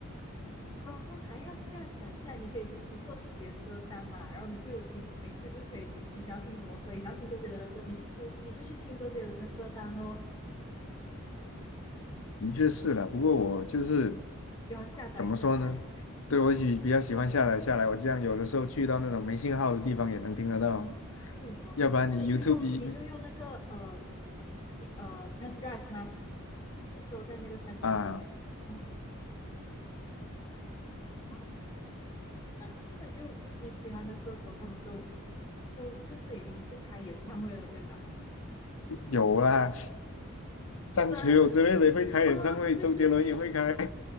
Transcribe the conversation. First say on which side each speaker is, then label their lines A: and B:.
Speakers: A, on the left; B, on the left.
A: 怎么还要下载下来？你可以自己做自己的歌单嘛，然后你就听，每次就可以，你想要听什么歌，你想要听周杰伦的歌，你去听，你就去听周杰伦的歌单咯。
B: 的确是了。不过我就是
A: 喜欢下载下来。
B: 怎么说呢？对，我喜比较喜欢下载下来，我这样有的时候去到那种没信号的地方也能听得到。
A: 哦，对哦，
B: 要不然你
A: 那你就用你就用那个呃
B: YouTube 一你
A: 一呃 pen drive 吗？就收在那个 pen drive
B: 啊
A: 里面。哦，哇，那那你就你喜欢的歌手他们都都就是已经不开演唱会了，对吧？
B: 有啦，张学友之类的会开演唱会，
A: 是吗？哦，对对对对，
B: 周杰伦也会开